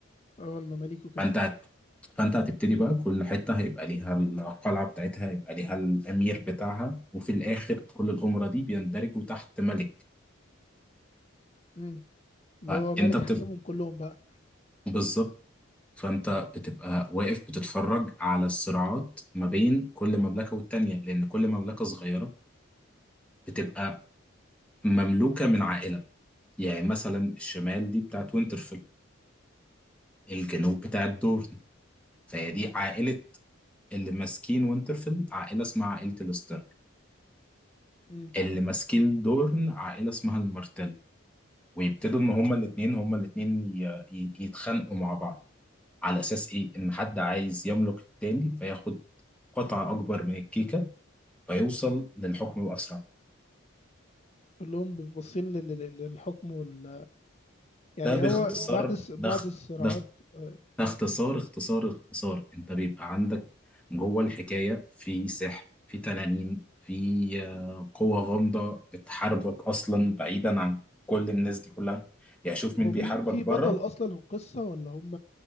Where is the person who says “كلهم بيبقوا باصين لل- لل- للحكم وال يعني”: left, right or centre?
Left